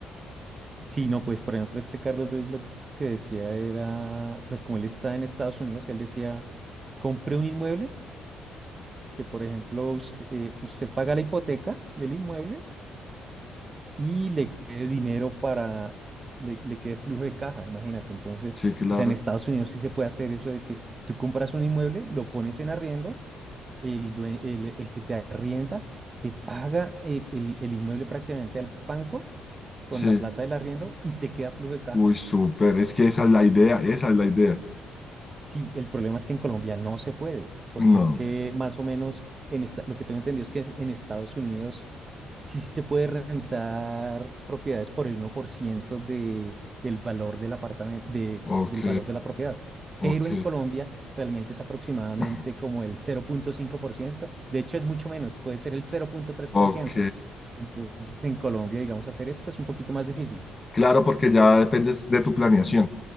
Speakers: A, on the right; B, on the left.
A: Sí, no, pues por ejemplo, este Carlos Dweck lo que decía era, pues como él está en Estados Unidos, él decía, compre un inmueble, que por ejemplo usted, eh, usted paga la hipoteca del inmueble y le quede dinero para, le, le quede flujo de caja, imagínate. Entonces,
B: Sí, claro.
A: o sea, en Estados Unidos sí se puede hacer eso de que tú compras un inmueble, lo pones en arriendo, el, due- el, el que te arrienda te paga el, el el inmueble prácticamente al banco con
B: Sí.
A: la plata del arriendo y te queda flujo de caja.
B: Uy, súper, es que esa es la idea, esa es la idea.
A: Sí, el problema es que en Colombia no se puede, porque
B: No,
A: es que más o menos en esta- lo que tengo entendido es que es- en Estados Unidos sí se puede rentar propiedades por el uno por ciento de, del valor del apartamento, de,
B: ok,
A: del valor de la propiedad,
B: ok,
A: pero en Colombia realmente es aproximadamente
B: <clears throat>
A: como el cero punto cinco por ciento, de hecho es mucho menos, puede ser el cero punto tres
B: ok.
A: por ciento. Entonces en Colombia, digamos, hacer esto es un poquito más difícil.
B: Claro, porque ya dependes de tu planeación,